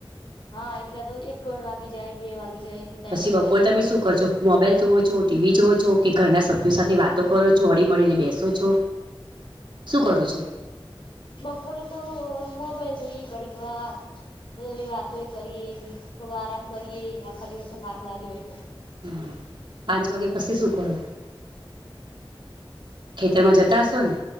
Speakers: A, on the left; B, on the right.
A: હા એટલે તો એક દોઢ વાગી જાય બે વાગી જાય એટલું ટાઈમ
B: પછી
A: તો એમાં
B: બપોરે
A: જતો
B: તમે
A: જ રહે
B: શું કર છો? મોબાઈલ જોવો છો ટીવી જોવો છો કે ઘરના સભ્યો સાથે વાતો કરો છો હળી મળીને બેસો છો શું કરું છું?
A: બપોરે તો મોબાઈલ જોઈએ ઘડીક વાર, બધી વાતો કરીએ થોડો આરામ કરીએ આખા દિવસ નો થાક લાગ્યો હોય એટલે,
B: હા પાંચ વાગ્યા પછી શું કરો
A: <inaudible> <inaudible> <inaudible>
B: ખેતર માં જતા હશો ને?